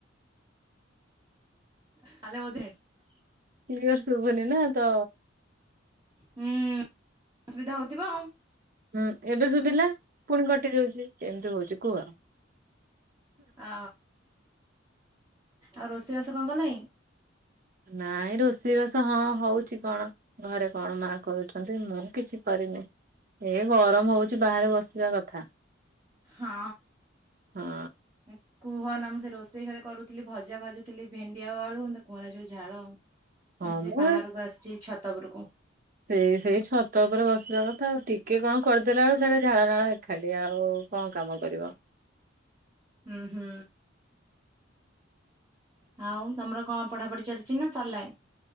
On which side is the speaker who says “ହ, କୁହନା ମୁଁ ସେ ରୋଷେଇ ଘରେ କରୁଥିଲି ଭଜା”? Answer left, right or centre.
Right